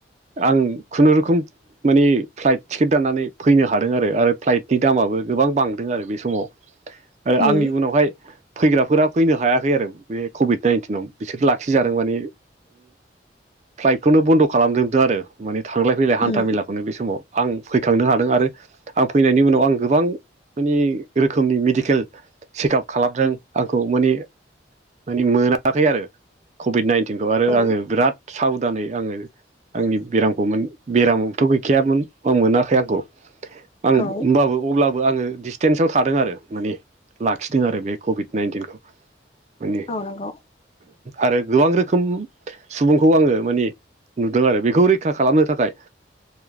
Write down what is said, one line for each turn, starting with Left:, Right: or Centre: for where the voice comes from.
Right: आं खुनुरुखुम मानि फ्लाइट टिकेट दाननानै फैनो हादों आरो आरो फ्लाइटनि दामाबो गोबां बांदों आरो बे समाव
Left: उम
Right: आंनि उनावहाय फैग्राफोरा फैनो हायाखै आरो बे कभिड नाइनटिनाव बिसोर लाखिजादों माने फ्लाइटखौनो बन्द' खालामजोबदों आरो माने थांलाय फैलाय हान्था
Left: उम
Right: मेलाखौनो बे समाव आं फैखांनो हादों आरो आं फैनायनि उनाव आं गोबां माने रोखोमनि मेडिकेल चेकआप खालामदों आंखौ माने मानि मोनाखै आरो कभिड नाइन्टिनखौ आरो
Left: औ
Right: आङो बिराद साबधानै आङो आंनि बेरामखौमोन बेरामाबोथ' गैखायामोन बा मोनाखै आंखौ आं
Left: औ
Right: होमबाबो अब्ला आङो डिसटेन्सआव थादों आरो माने लाखिदों आरो बे कभिड नाइन्टिनखौ माने
Left: औ नंगौ
Right: आरो गोबां रोखोम सुबुंखौ आङो मानि नुदों आरो बेखौ रैखा खालामनो थाखाय